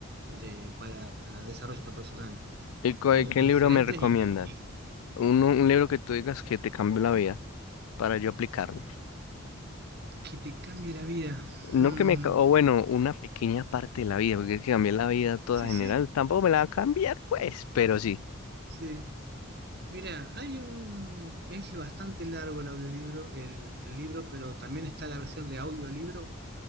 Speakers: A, on the right; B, on the left.
A: de- para desarrollo personal,
B: ¿Y cuál-
A: todos
B: qué libro
A: diferentes
B: me recomiendas?
A: y, y
B: un Un, libro que tú digas que te cambió la vida para yo aplicarlo.
A: que te cambie la vida.
B: No
A: Mm,
B: que me, ca- o bueno, una pequeña parte de la vida, porque es que cambié la vida toda
A: sí,
B: general,
A: sí,
B: tampoco me la va a cambiar, pues, pero sí.
A: sí. Mira, hay un, es bastante largo el audiolibro, el, el libro, pero también está la versión de audiolibro